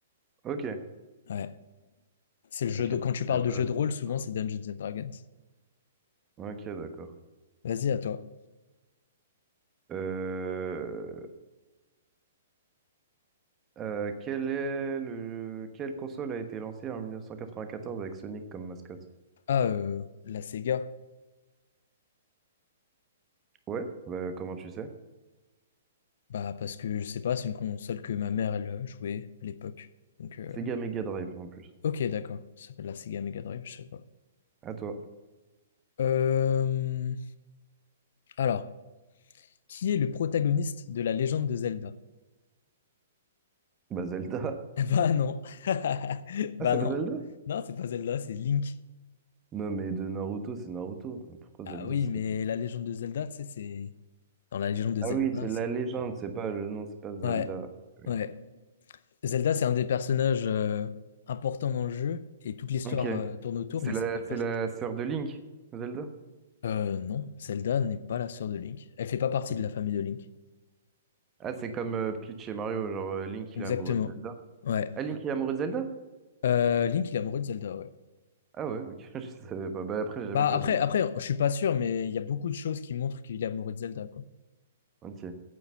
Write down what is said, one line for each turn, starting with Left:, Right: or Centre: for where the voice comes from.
Right: Ok,
Left: Ouais. C'est le jeu
Right: ok.
Left: de... Quand tu parles
Right: Je sais pas,
Left: de jeu de
Right: je
Left: rôle,
Right: sais
Left: souvent
Right: pas.
Left: c'est Dungeons and Dragons.
Right: Ok, d'accord.
Left: Vas-y, à toi.
Right: Euh... Euh, quel est le... Quelle console a été lancée en 1994 avec Sonic comme mascotte?
Left: Ah, euh, la Sega.
Right: Ouais, bah, comment tu sais?
Left: Bah, parce que je sais pas, c'est une console que ma mère, elle euh, jouait à l'époque. Donc, euh,
Right: Sega Mega Drive en plus.
Left: ok, d'accord. Ça s'appelle la Sega Mega Drive, je sais pas.
Right: À toi.
Left: Euh, Alors, qui est le protagoniste de la légende de Zelda?
Right: Bah Zelda. <laughs>
Left: <laughs> Bah non. <laughs> Bah
Right: Ah, c'est
Left: non.
Right: pas <laughs> Zelda?
Left: Non, c'est pas Zelda, c'est Link.
Right: Non, mais de Naruto, c'est Naruto. Pourquoi
Left: Ah
Right: Zelda
Left: oui,
Right: ce
Left: mais
Right: serait... pas-
Left: la légende de Zelda, tu sais, c'est. Dans la légende de
Right: Ah
Left: Zelda,
Right: oui, c'est la
Left: c'est.
Right: légende, c'est pas le nom, c'est pas Zelda.
Left: Ouais,
Right: Oui.
Left: ouais. Zelda, c'est un des personnages euh, importants dans le jeu et toute l'histoire
Right: Ok.
Left: euh, tourne autour,
Right: C'est
Left: mais
Right: la,
Left: c'est pas le
Right: c'est
Left: personnage.
Right: la sœur de Link, Zelda?
Left: Euh, non, Zelda n'est pas la sœur de Link. Elle fait pas partie
Right: Ok.
Left: de la famille de Link.
Right: Ah, c'est comme euh, Peach et Mario, genre euh, Link
Left: Exactement.
Right: il est amoureux de Zelda.
Left: Ouais.
Right: Ah, Link il est amoureux de Zelda?
Left: Euh, Link, il est amoureux de Zelda, ouais.
Right: Ah ouais, ok, <laughs> je savais pas. Bah après, j'ai jamais
Left: Bah
Right: joué
Left: après,
Right: à Zelda.
Left: après, je suis pas sûr, mais il y a beaucoup de choses qui montrent qu'il est amoureux de Zelda, quoi.
Right: Ok.